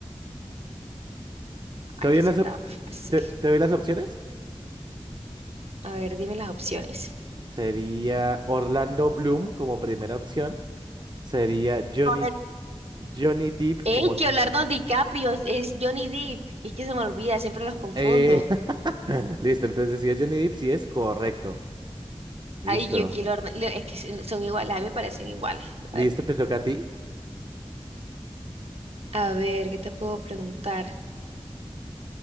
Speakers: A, on the right; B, on the right.
A: <laughs>
B: Aquí
A: ¿Te doy las,
B: se estaba
A: op-
B: más fácil.
A: te, te doy las opciones?
B: A ver, dime las opciones.
A: Sería Orlando Bloom como primera opción. Sería Johnny,
B: A ver,
A: Johnny Depp
B: ey,
A: como...
B: que
A: se-
B: Leonardo DiCaprio es Johnny Depp. es que se me olvida, siempre los confundo.
A: Eh, <laughs> listo, entonces si es Johnny Depp, sí es correcto. Listo.
B: Ay, Yuki, Leonardo- Leo- es que son son iguales, a mí me parecen iguales.
A: Listo,
B: A ver,
A: te toca a ti.
B: a ver, ¿qué te puedo preguntar?